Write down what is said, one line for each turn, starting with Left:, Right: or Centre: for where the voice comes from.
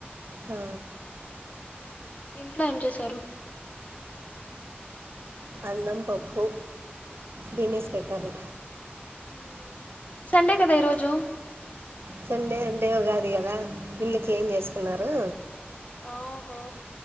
Right: ఆ
Left: ఇంట్లో ఏం చేశారు
Right: అన్నం పప్పు బిన్నిస్
Left: ఉమ్
Right: కాయ కర్రీ
Left: ఉమ్ సండే కదా ఈరోజు
Right: సండే అంటే ఉగాది కదా ఇల్లు క్లీన్ చేసుకున్నారు
Left: ఆహో